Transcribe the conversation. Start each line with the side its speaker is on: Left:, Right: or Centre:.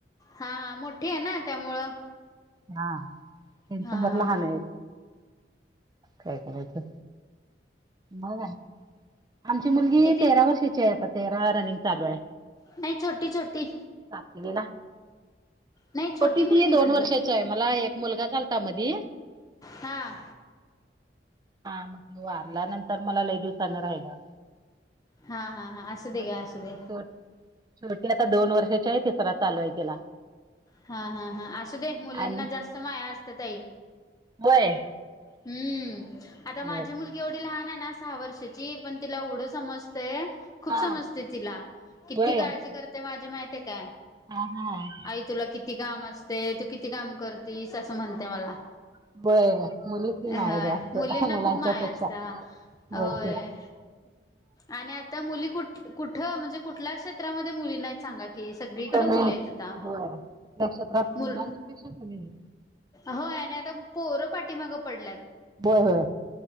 Left: हां हां मोठीे आहे ना त्यामुळं.
Right: हां त्यांच
Left: हा
Right: घर
Left: हा
Right: लहान
Left: हा
Right: आहे काय करायचं? मग आहे आमची मुलगी
Left: किती
Right: तेरा वर्षाची आहे आता तेरा रनिंग चालू आहे.
Left: नाही छोटी छोटी.
Right: सातवीला.
Left: नाही छोटी
Right: पतीती
Left: मुलगी
Right: दोन
Left: म्हणलं
Right: वर्षाची आहे मला एक मुलगा झालता मधी.
Left: हां.
Right: हा मग वारल्यानंतर मला लई दिवस सान राहिला
Left: हा हा हा असू दे
Right: म
Left: घ्या
Right: शेव
Left: असू दे
Right: शेवटी आता दोन वर्षाची आहे तिसरा चालूय तिला.
Left: हा हा हा असूदे मुलींना
Right: आणि
Left: जास्त माया असते ताई.
Right: होय.
Left: हम्म आता माझी
Right: मग
Left: मुल एवढी लहान हाय ना सहा वर्षाची पण तिला एवढं समजतंय. खूप
Right: हा
Left: समजते तिला किती
Right: होय
Left: काळजी करते माझी माहिती आहे काय?
Right: हा हा.
Left: आई तुला किती काम असते तू किती काम करतीस असं म्हणते मला.
Right: <unintelligible> मुली ची
Left: होय
Right: माया जास्त
Left: मुलींना
Right: मुलांच्या
Left: खूप माया
Right: पेक्षा
Left: असत्या
Right: होती.
Left: होय आणि आता मुली कुठ कुठं म्हणजे कुठल्या क्षेत्रामध्ये मुली नाहीत? सांगा की सगळीकड
Right: कमी
Left: मुल
Right: होय
Left: येत आता
Right: कुठल्या क्षेत्रात
Left: मुलं
Right: मुलांच्या पेक्षा कमी नाही.
Left: होय आणि आता पोरं पाठीमागं पडल्यात.
Right: बोय होय.